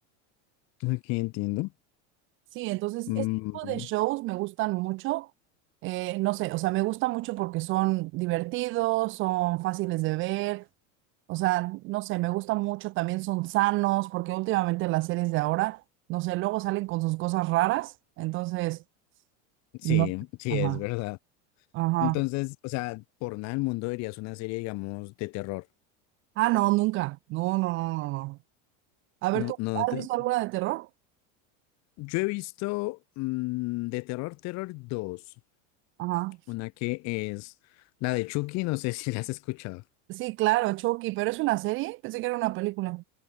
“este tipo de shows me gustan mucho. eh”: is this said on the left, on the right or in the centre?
Right